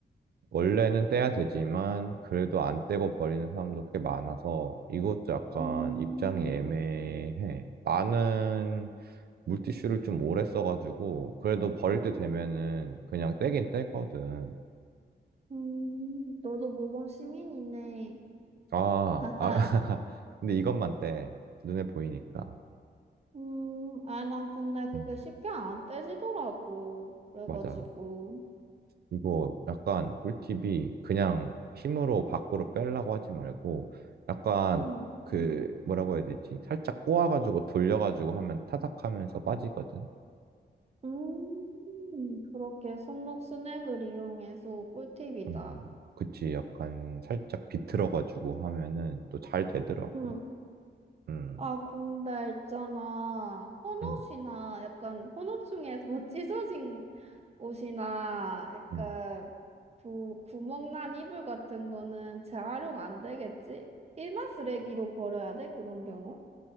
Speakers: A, on the right (about 60°); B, on the right (about 35°).
A: 원래는 떼야 되지만 그래도 안 떼고 버리는 사람도 꽤 많아서 이것도 약간
B: 음,
A: 입장이 애매해. 나는 물티슈를 좀 오래 써가지고 그래도 버릴 때
B: 음,
A: 되면은 그냥 떼긴 떼거든.
B: 음, 너도 모범 시민이네.
A: 아,
B: 하하.
A: 아 <laughs> 근데 이것만 떼. 눈에 보이니까.
B: 음, 아, 난 근데 그게
A: 음,
B: 쉽게 안 떼지더라고. 그래가지고.
A: 맞아. 이거 약간 꿀팁이 그냥 힘으로 밖으로 빼려고 하지 말고 약간
B: 응.
A: 그 뭐라고 해야 되지? 살짝 꼬아가지고 돌려가지고 하면 타닥하면서 빠지거든.
B: 음, 그렇게 손목 스냅을 이용해서 꿀팁이다.
A: 음, 그치. 약간 살짝 비틀어가지고 하면은 또 잘 되더라고.
B: 응.
A: 음,
B: 아, 근데 있잖아. 헌옷이나
A: 음,
B: 약간 헌옷 중에서 <laughs> 뭐 찢어진 옷이나 약간
A: 음.
B: 그 구멍난 이불 같은 거는 재활용 안 되겠지? 일반 쓰레기로 버려야 돼, 그런 경우?